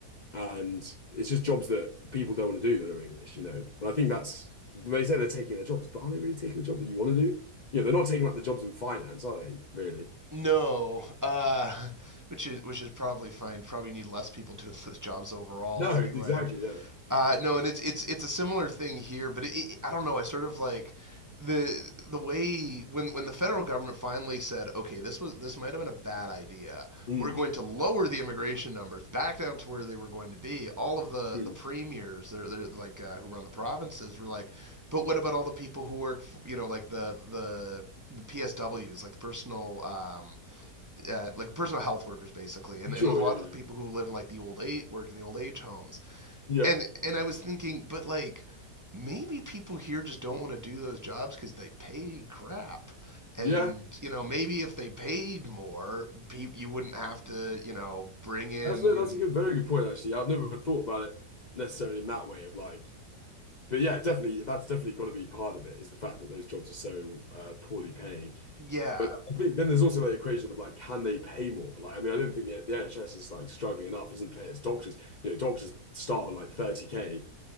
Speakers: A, on the left (about 60°); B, on the right (about 15°).
A: And it's just jobs that people don't want to do that are English, you know. And I think that's they say they're taking their jobs, but are they really taking the job that you want to do? You know, they're not taking up the jobs in finance, are they, really?
B: no uh which is which is probably fine probably need less people <laughs> doing those jobs overall
A: No,
B: anyway
A: <laughs> exactly, yeah.
B: Uh, no, and it's it's it's a similar thing here, but it, it, I don't know. I sort of like the the way when when the federal government finally said, okay, this was this might have been a bad idea.
A: Mm,
B: We're going to lower the immigration numbers back down to where they were going to be. All of the
A: mm.
B: the premiers, they're, they're like uh, who run the provinces, were like, but what about all the people who work, you know, like the the the PSWs, like the personal, um, uh, like personal health workers, basically, and,
A: Sure,
B: and a lot
A: yeah,
B: of
A: yeah.
B: the people who live in like the old age, work in the old age homes,
A: Yeah.
B: and and I was thinking, but like maybe people here just don't want to do those jobs because they pay crap. And
A: Yeah.
B: you know, maybe if they paid more, pe- you wouldn't have to, you know, bring in.
A: That's no, that's a good, very good point actually. I've never thought about it necessarily in that way of like, but yeah, definitely that's definitely got to be part of it is the fact that those jobs are so uh, poorly paying.
B: Yeah,
A: But I think then there's also that equation of like, can they pay more? Like, I mean, I don't think the, the NHS is like struggling enough, isn't it? It's doctors, you know, doctors start on like 30k